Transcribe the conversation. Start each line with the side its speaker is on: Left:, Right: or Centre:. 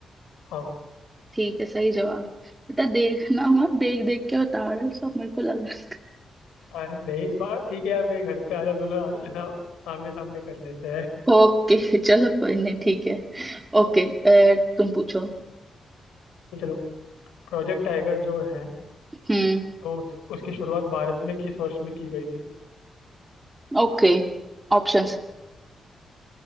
Left: हाँ
Right: ठीक है सही जवाब बेटा देखना मत देख देख के बता रहे हो सब मेरे को लग रहा है
Left: अरे नहीं बात ठीक है यार मेरे घर पे आ जाओ दोनों आ- आना आमने सामने कर लेते हैं
Right: ओके चलो कोई नहीं ठीक है ओके अ, तुम पूछो
Left: <laughs> चलो प्रोजेक्ट टाइगर जो है
Right: हम्म
Left: तो उस, उसकी शुरुआत भारत में किस वर्ष में की गई थी
Right: Okay options